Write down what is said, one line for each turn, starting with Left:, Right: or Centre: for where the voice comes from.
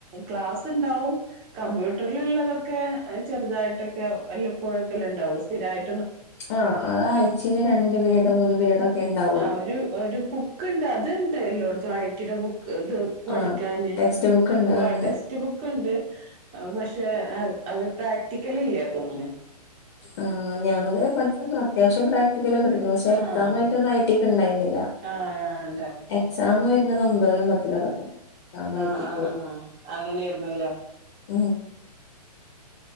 Right: ക്ലാസ്സ് ണ്ടാഉം കമ്പ്യൂട്ടർല്ള്ളതൊക്കെ ചെർതായിട്ടൊക്കെ വല്ലപ്പോഴൊക്കെല്ലെ ണ്ടാഉ സ്ഥിരായ്
Left: ആ അത് ആയ്ച്ചേല് രണ്ട് പീരീഡ് മൂന്ന് പിരീഡൊ ക്കെ ണ്ടാ
Right: ആ ഒരു ഒര് ബുക്ക്ണ്ട് അത്ണ്ട് എല്ലോട്ത്തും ഐ ട്ടി ടെ ബു കേട്ട് പഠിക്കാന്
Left: ആഹ് ടെക്സ്റ്റ്
Right: ബു ബുക്ക്
Left: ഉണ്ട്
Right: പ
Left: ഉണ്ട്.
Right: ടെക്സ്റ്റ് ബുക്ക് ഇണ്ട് പക്ഷെ അത് അത് പ്രാക്ടിക്കലില്ല തോന്ന്ണു
Left: ആ ഞങള് പഠിച്ചപ്പ അത്യാവ്ശ്യം പ്രാക്ടിക്കലൊക്കെ കിട്ടിന്നു പക്ഷെ
Right: ആഹ്
Left: എക്സാം ആയിട്ടാന്ന് ഐ ട്ടി ഒക്കെ ഇണ്ടായിന് ല
Right: ആഹ് ഉണ്ടായിരുന്നു
Left: എക്സാമ് വെര്ന്നത് ഒമ്പതിലും പത്തിലൊക്കെ തന്നെ എക്സാം ഐ
Right: ആ
Left: ടിക്ക്
Right: ആ
Left: വരുന്നത്
Right: ആ അങ്ങനെയ്രുന്നല്ലേ
Left: ഉം